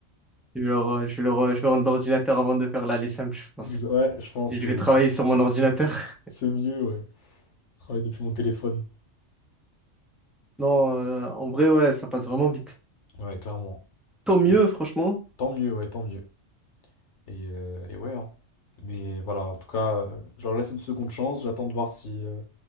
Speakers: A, in the centre; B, on the left.
A: Je vais leur, euh, je vais leur, euh, je vais rendre l'ordinateur avant de faire l'aller simple, je pense.
B: <laughs> Ouais, je pense
A: Je
B: que
A: vais travailler
B: c'est c'est-
A: sur mon ordinateur.
B: c'est
A: <laughs>
B: mieux, ouais. Je travaille depuis mon téléphone.
A: Non, euh, en vrai, ouais, ça passe vraiment vite.
B: Ouais, clairement.
A: Tant mieux,
B: Et
A: franchement.
B: tant mieux, ouais, tant mieux. Et, euh, et ouais, hein. Mais voilà, en tout cas, euh, je leur laisse une seconde chance. J'attends de voir si euh,